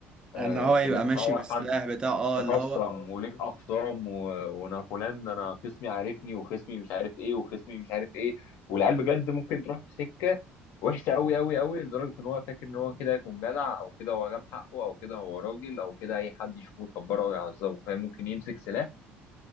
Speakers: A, on the left (about 70°); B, on the right (about 20°).
A: آه
B: ان هو يبقى
A: في إن أنت
B: ماشي
A: تعور
B: بالسلاح
A: حد
B: بتاعه اه
A: تخصم
B: اللي هو
A: وليك اخصام و... وانا فلان ده انا خصمي عارفني وخصمي مش عارف ايه وخصمي مش عارف ايه والعيال بجد ممكن تروح في سكه وحشه قوي قوي قوي لدرجه ان هو فاكر ان هو كده هيكون جدع او كده هو جاب حقه او كده هو راجل او كده اي حد يشوفه يكبره او يعذبه فاهم ممكن يمسك سلاح